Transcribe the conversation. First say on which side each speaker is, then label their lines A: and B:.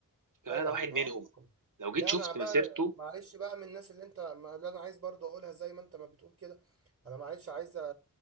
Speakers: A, on the right (about 60°); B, on the right (about 40°).
A: شيكابالا
B: طبعا
A: ده واحد منهم
B: اه طبعا
A: لو جيت
B: لا
A: شفت
B: انا بقى
A: مسيرته
B: معلش بقى من الناس اللي انت ما- اللي انا عايز برضو اقولها زي ما انت ما بتقول كده انا معلش عايز أ-